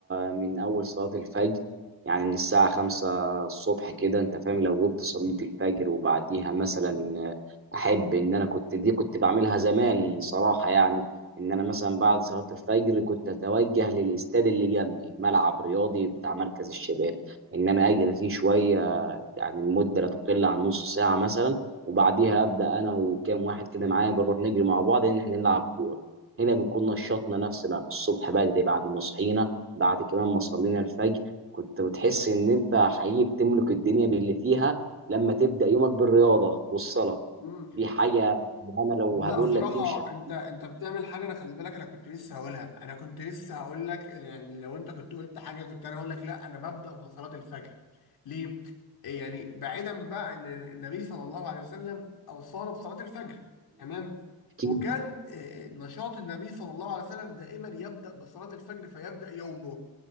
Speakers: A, on the right (about 35°); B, on the left (about 75°).
A: من اول صلاه الفجر يعني من الساعه خمسة الصبح كده انت فاهم لو قمت صليت الفجر وبعديها مثلا احب ان انا كنت دي كنت بعملها زمان صراحه يعني ان انا مثلا بعد صلاه الفجر كنت اتوجه للاستاد اللي جنبي ملعب رياضي بتاع مركز الشباب ان انا اجري فيه شويه يعني المده لا تقل عن نص ساعه مثلا وبعديها ابدا انا وكام واحد كده معايا بنروح نجري مع بعض ان احنا نلعب كوره. هنا بنكون نشطنا نفسنا الصبح بدري بعد ما صحينا بعد كمان ما صلينا الفجر كنت بتحس ان انت حقيقي بتملك الدنيا باللي فيها لما تبدأ يومك بالرياضة والصلاة
B: امم
A: دي حاجة انا لو
B: لا
A: هقول
B: صراحة
A: لك تمشي على-
B: انت انت بتعمل حاجة انا خلي بالك انا كنت لسه هقولها انا كنت لسه هقول لك يعني لو انت كنت قلت حاجة كنت انا هقول لك لا انا ببدأ بصلاة الفجر ليه؟ يعني بعيدا بقى ان النبي صلى الله عليه وسلم اوصانا بصلاة الفجر تمام
A: اكيد
B: وكان آه، نشاط النبي صلى الله عليه وسلم دائما يبدأ بصلاة الفجر فيبدأ يومه